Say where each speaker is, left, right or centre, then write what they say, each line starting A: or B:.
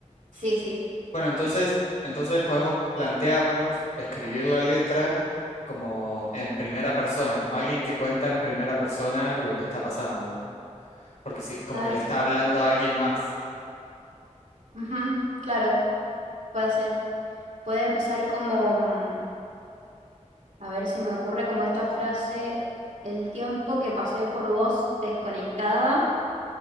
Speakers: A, on the right (about 70°); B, on the left (about 80°).
A: sí, sí.
B: Bueno, entonces, entonces podemos plantearnos escribir la letra como en primera persona, como alguien que cuenta en primera persona lo que está pasando, ¿eh? Porque sí, como
A: Ay,
B: que le está
A: sí.
B: hablando a alguien más.
A: Ujú, claro, puede ser. Puede empezar como... mm, A ver si me ocurre como esta frase, el tiempo que pasé por vos desconectada